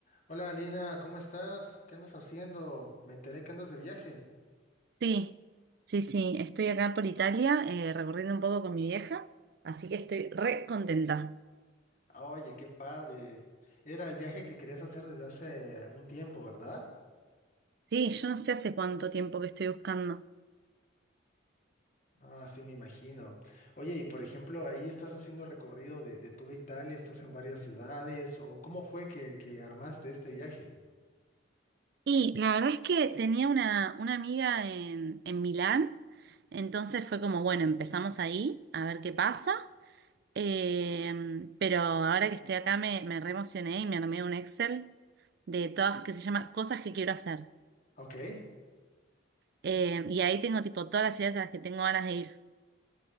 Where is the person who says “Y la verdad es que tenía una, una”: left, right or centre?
Right